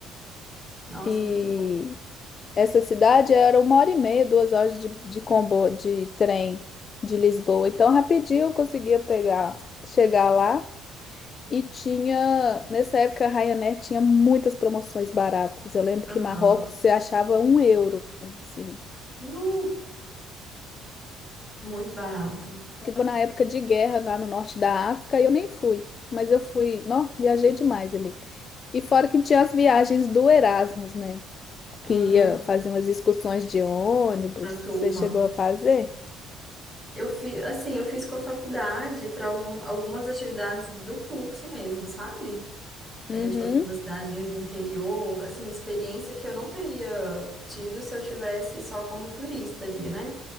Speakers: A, in the centre; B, on the left.
A: Nossa,
B: E
A: muito bom.
B: Essa cidade era uma hora e meia, duas horas de, de comboio, de trem de Lisboa. Então, rapidinho eu conseguia pegar, chegar lá. E tinha, nessa época, a Ryanair tinha muitas promoções baratas. Eu lembro
A: Aham.
B: que em Marrocos você achava um euro, assim.
A: Nu, muito barato.
B: Porque tava na época de guerra lá no norte da África e eu nem fui. Mas eu fui, não, viajei demais ali. E fora que tinha as viagens do Erasmus, né? Que
A: Hum,
B: ia fazer umas excursões de ônibus.
A: a turma.
B: Você chegou a fazer?
A: Eu fiz, assim, eu fiz com a faculdade para algumas atividades do curso mesmo, sabe? A
B: Uhum.
A: gente foi para umas cidadezinhas do interior, assim, experiência que eu não teria tido se eu tivesse só como turista ali, né?